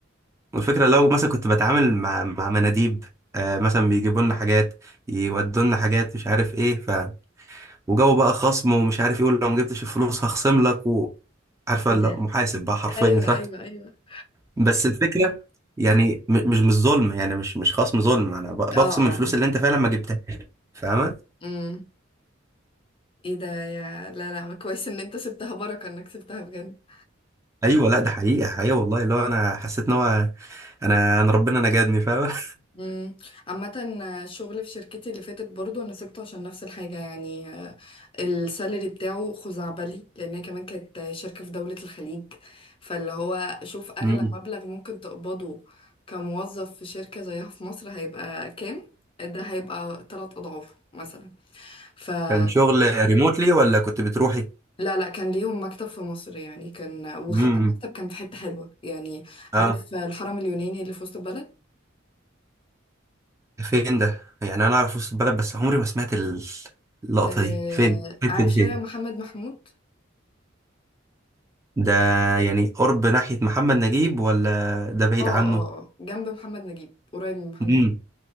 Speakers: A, on the right (about 15°); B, on the left (about 30°).
A: والفكره لو مثلا كنت بتعامل مع مع مناديب آه مثلا بيجيبوا لنا حاجات يودوا لنا حاجات مش عارف ايه ف وجو بقى خصم ومش عارف ايه ولو ما جبتش الفلوس هخصم لك و... عارفه
B: ايه
A: لا
B: ده
A: محاسب بقى حرفيا
B: ايوه
A: ف
B: ايوه ايوه
A: بس الفكرة يعني م- مش مش ظلم يعني مش مش خصم ظلم انا ب- بخصم
B: اه اه
A: الفلوس اللي انت فعلا ما جبتهاش فاهمة
B: امم ايه ده يا لا لا ما كويس ان انت سبتها بركه انك سبتها بجد
A: ايوه لا ده حقيقة حقيقة والله اللي هو انا حسيت ان هو انا انا ربنا نجدني فاهمة
B: مم. عامة آه، الشغل في شركتي اللي فاتت برضو انا سبته عشان نفس الحاجة يعني آه، السالري بتاعه خزعبلي لانها كمان كانت آه، شركة في دولة الخليج فاللي هو شوف اغلى
A: <laughs> مم.
B: مبلغ ممكن تقبضه كموظف في شركة زيها في مصر هيبقى كام ده هيبقى تلات اضعاف مثلا فلا
A: كان شغل ريموتلي ولا كنت بتروحي
B: لا لا، كان ليهم مكتب في مصر يعني كان وحتى
A: امم
B: المكتب كان في حتة حلوة يعني عارف
A: اه
B: آه، الحرم اليوناني اللي في وسط البلد
A: ده فين ده يعني انا اعرف وسط البلد بس عمري ما سمعت ال- اللقطة
B: آه،
A: دي فين الحتة
B: عارف
A: دي فين
B: شارع محمد محمود
A: ده يعني قرب ناحية محمد نجيب ولا ده بعيد
B: اه
A: عنه
B: اه اه جنب محمد نجيب قريب من محمد
A: امم
B: نجيب